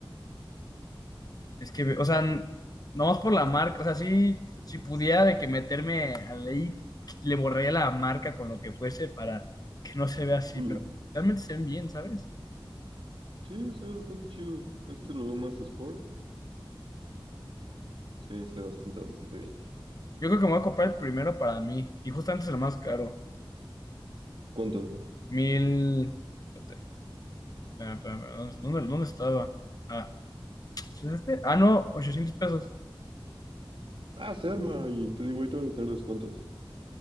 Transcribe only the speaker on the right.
Mm.
Sí, se ve bastante chido. Este lo veo más sport. Sí, se ve bastante, bastante bien.
¿Cuánto?
Ah, se arma, y te digo, ahorita van a tener descuentos.